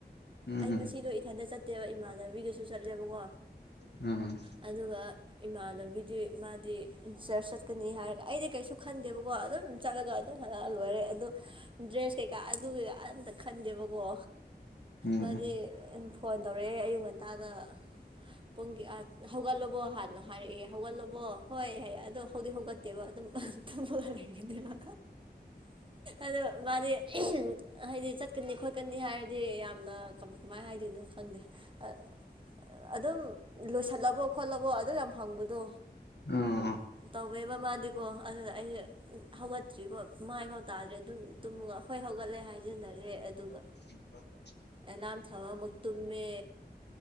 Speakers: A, on the left; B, on the right.
A: ꯎꯝ
B: ꯑꯩ ꯉꯁꯤꯗꫭ ꯏꯊꯟꯗ ꯆꯠꯇꯦꯕ ꯏꯃꯥꯟꯅꯕꯤꯒꯁꯨ ꯆꯠꯂꯦꯕꯀꯣ
A: ꯎꯝ
B: ꯑꯗꯨꯒ ꯏꯃꯥꯟꯅꯕꯤꯗꯤ ꯃꯥꯗꯤ ꯆꯔꯁ ꯆꯠꯀꯅꯤ ꯍꯥꯏꯔꯒ ꯑꯩꯗꯤ ꯀꯩꯁꯨ ꯈꯟꯗꯦꯕꯀꯣ ꯑꯗꯨꯝ ꯆꯠꯂꯒ ꯑꯗꯨꯝ ꯍꯜꯂꯛꯑ ꯂꯣꯏꯔꯦ ꯑꯗꯣ ꯗ꯭ꯔꯦꯁ ꯀꯩꯀꯥ ꯑꯗꯨꯒꯤꯒ ꯑꯝꯇ ꯈꯟꯗꯦꯕꯀꯣ
A: ꯎꯝ
B: ꯃꯥꯗꯤ ꯐꯣꯟ ꯇꯧꯔꯛꯑꯦ ꯑꯌꯨꯛ ꯉꯟꯇꯥꯗ ꯄꯨꯡꯒꯤ ꯑꯥ ꯍꯧꯒꯠꯂꯕꯣ ꯍꯥꯟꯅ ꯍꯥꯏꯔꯛꯑꯦ ꯍꯧꯒꯠꯂꯕꯣ ꯍꯣꯏ ꯍꯥꯏꯌꯦ ꯑꯗꯣ ꯍꯧꯗꯤ ꯍꯧꯒꯠꯇꯦꯕ ꯑꯗꯨꯝ ꯇꯨꯝꯃꯒ ꯂꯩꯔꯤꯅꯦꯕ ꯑꯗꯨ ꯃꯥꯗꯤ ꯍꯥꯏꯗꯤ ꯆꯠꯀꯅꯤ ꯈꯣꯠꯀꯅꯤ ꯍꯥꯏꯔꯗꯤ ꯌꯥꯝꯅ ꯀꯝ ꯀꯃꯥꯏꯅ ꯍꯥꯏꯗꯣꯏꯅꯣ ꯈꯪꯗꯦ ꯑ ꯑ ꯑꯗꯨꯝ ꯂꯣꯏꯁꯜꯂꯕꯣ ꯈꯣꯠꯂꯕꯣ ꯑꯗꯨ ꯌꯥꯝ ꯍꯪꯕꯗꯣ
A: ꯎꯝ ꯎꯝ
B: ꯇꯧꯋꯦꯕ ꯃꯥꯗꯤꯀꫭ ꯑꯗꯨꯒ ꯑꯩꯅ ꯍꯧꯒꯠꯇ꯭ꯔꯤꯀꯣ ꯃꯥꯏꯐꯥꯎ ꯇꯥꯗ꯭ꯔꯤ ꯑꯗꯨꯝ ꯇꯨꯝꯃꯒ ꯍꯣꯏ ꯍꯧꯒꯠꯂꯦ ꯍꯥꯏꯖꯤꯟꯅꯔꯦ ꯑꯗꯨꯒ
A: <unintelligible>
B: ꯑꯦꯂꯥꯝ ꯊꯝꯃ ꯑꯃꯨꯛ ꯇꯨꯝꯃꯦ